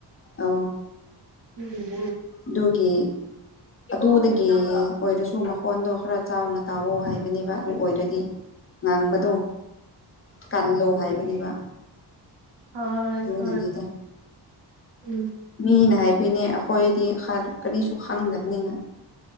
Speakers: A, on the left; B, on the right.
A: ꯑ
B: ꯎꯝꯝ
A: ꯑꯗꯨꯒꯤ
B: <unintelligible>
A: ꯑꯗꯨꯗꯒꯤ ꯑꯣꯏꯔꯁꯨ ꯃꯈꯣꯟꯗꯣ ꯈꯔ ꯆꯥꯎꯅ ꯇꯥꯎꯋ ꯍꯥꯏꯕꯅꯦꯕ ꯑꯗꯨ ꯑꯣꯏꯔꯗꯤ ꯉꯥꯡꯕꯗꯣ ꯀꯜꯂꯣ ꯍꯥꯏꯕꯅꯦꯕ
B: ꯍꯣꯏ
A: ꯑꯗꯨꯅꯅꯤꯗ
B: ꯍꯣꯏ ꯎꯝ
A: ꯃꯤꯅ ꯍꯥꯏꯕꯅꯦ ꯑꯩꯈꯣꯏꯗꯤ ꯀꯔꯤꯁꯨ ꯈꯪꯗꯕꯅꯤꯅ